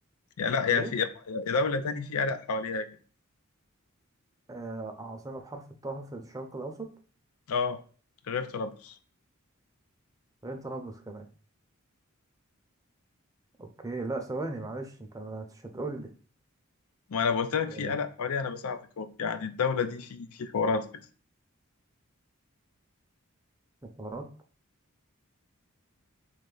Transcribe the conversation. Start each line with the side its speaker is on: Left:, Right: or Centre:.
Left: يا لا يا
Right: ايه
Left: في يا دولة تاني في قلق حواليها كده
Right: آه عاصمه بحرف الطاء في الشرق الاوسط
Left: اه غير طرابلس
Right: غير طرابلس كمان اوكي لا ثواني معلش انت مش هتقول لي
Left: ما انا قلت لك
Right: آه
Left: في قلق حواليها انا بساعدك اهو يعني الدولة دي في في حوارات كده
Right: الإمارات.